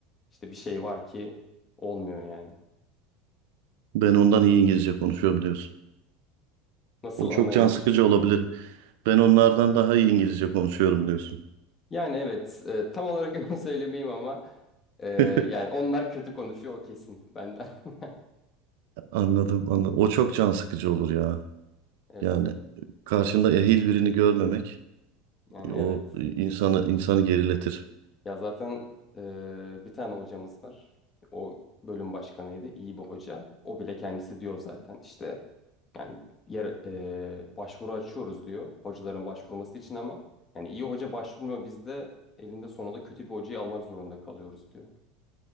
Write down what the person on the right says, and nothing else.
Ben ondan iyi İngilizce konuşuyorum diyorsun.
O
çok can sıkıcı olabilir. Ben onlardan daha iyi İngilizce konuşuyorum diyorsun.
<laughs>
Anladım, anladım. O çok can sıkıcı olur ya.
Yani karşında ehil birini görmemek
o
insanı insanı geriletir.